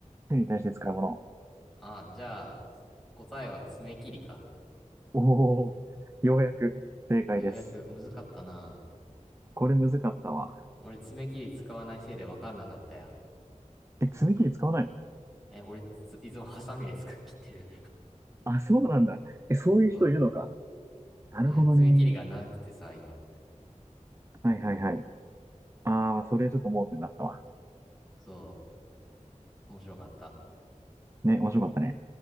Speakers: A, on the right; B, in the centre.
A: 手に対して使うもの。
B: ああ、じゃあ、答えは爪切りか。
A: おお、ようやく正解です。
B: ようやく、むずかったな。
A: これむずかったわ。
B: 俺爪切り使わないせいで分かんなかったや。
A: え、爪切り使わないの
B: え、俺つ、いつもハサミで使っ切ってる。
A: あ、そうなんだ。え、
B: <laughs>
A: そういう人いるのか。
B: そ
A: なるほどね。
B: う。ね、爪切りがなくてさ、今。
A: はいはいはい。ああ、それちょっと盲点だったわ。
B: そう。面白かった。
A: ね、面白かったね。